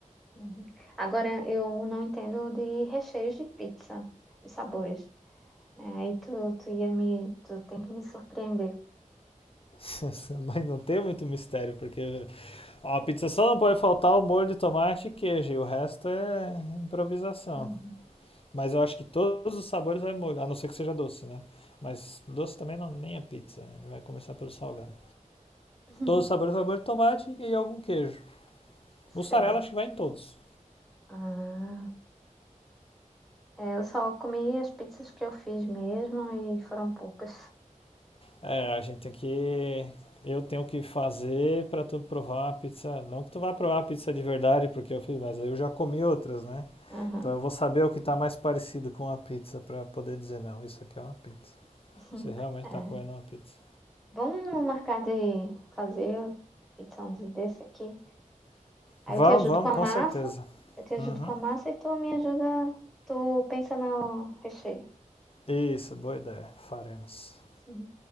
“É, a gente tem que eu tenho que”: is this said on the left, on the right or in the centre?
Left